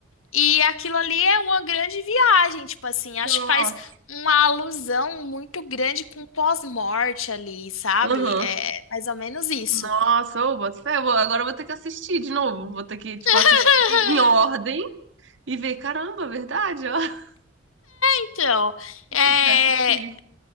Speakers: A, on the left (about 80°); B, on the right (about 65°).
A: E aquilo ali é uma grande viagem, tipo assim. Acho
B: nossa.
A: que faz uma alusão muito grande com o pós-morte ali, sabe?
B: Uhum.
A: É mais ou menos isso.
B: Nossa, ô, boto fé, eu vou- agora eu vou ter que assistir de novo. Vou ter que, tipo,
A: <laughs>
B: assistir em ordem e ver, caramba, verdade, ó. <laughs>
A: Então, é,
B: Tem que assistir.